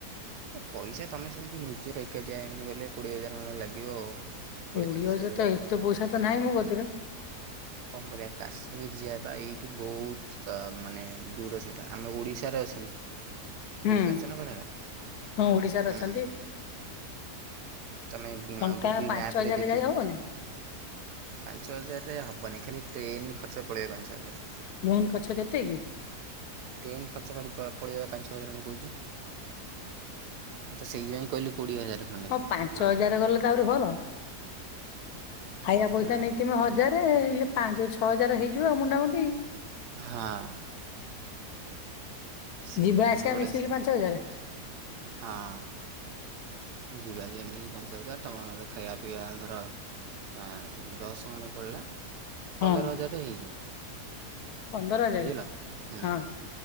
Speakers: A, on the right; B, on the left.
A: ଏ ପଇସା ତମେ ସେମିତି ନିଜର ଏକାଠିଆ ଏମିତି ଗଲେ କୋଡ଼ିଏ ହଜାର ଖଣ୍ଡ ଲାଗିବ ଆଉ। କୋଡ଼ିଏ
B: କୋଡିଏ
A: ତିରିଶ
B: ହଜାର ତ
A: ଆଉ।
B: ଏତେ ପଇସା ତ ନାହିଁ ମୋ ପାଖରେ।
A: କଣ କରିବା କାଶ୍ମୀର ଯିବା ବା ଏଇଠୁ ବହୁତ ତ ମାନେ ଦୂର ସେଇଟା ଆମେ ଓଡ଼ିଶାରେ ଅଛନ୍ତି।
B: ହୁଁ
A: ବୁଝିପାରୁଛ ନା କଡ଼ା
B: ହଁ ଓଡିଶାରେ
A: ହୁଁ।
B: ଅଛନ୍ତି
A: ତୁମେ
B: ଟଙ୍କା
A: ଗୁଗୁଲ୍
B: ପାଞ୍ଚ
A: ମ୍ୟାପ୍
B: ହଜାର
A: ରେ ଦେଖିବ
B: ଯାଇ ହବନି
A: ପାଞ୍ଚ ହଜାରରେ ହେବନି ଖାଲି ଟ୍ରେନ୍ ଖର୍ଚ୍ଚ ପଳେଇବ ପାଞ୍ଚ ହଜାର।
B: ମେନ କଛ କେତେ କି?
A: ଟ୍ରେନ୍ ଖର୍ଚ୍ଚ ଖାଲି ପା ପଳେଇବା ପାଞ୍ଚ ହଜାର ମୁଁ କହୁଛି। ମୁଁ ତ ସେଇଆ ହିଁ କହିଲି କୋଡ଼ିଏ ହଜାର ଖଣ୍ଡେ
B: ପାଞ୍ଚ
A: ହଁ।
B: ହଜାର ଗଲେ ତା ଆହୁରି ଭଲ। ଖାଇବା ପଇସା
A: ମୁଁ
B: ନେଇଥିମି ହଜାର ଇଏ ପାଞ୍ଚ ଛଅ ହଜାର ହେଇଯିବ ଆଉ ମୁଣ୍ଡାମୁଣ୍ଡି।
A: ହଁ। ସେଇଦି
B: ଯିବା ଆସିବା
A: ପାଇଁ ଗୋଟେ
B: ମିଶିକି ପାଞ୍ଚ ହଜାର
A: ହଁ ଯିବା ଆରି ଏମିତି। ପାଞ୍ଚ ଛଅ ହଜାର ତୁମର ଖାଇବା ପିଇବା ଧର ଆଁ ଦଶ ଖଣ୍ଡେ ପଡ଼ିଲା।
B: ହଁ
A: ପନ୍ଦର ହଜାର ରେ ହେଇଯିବ।
B: ପନ୍ଦର ହଜାର
A: ବୁଝିଲ ହୁଁ
B: ହଁ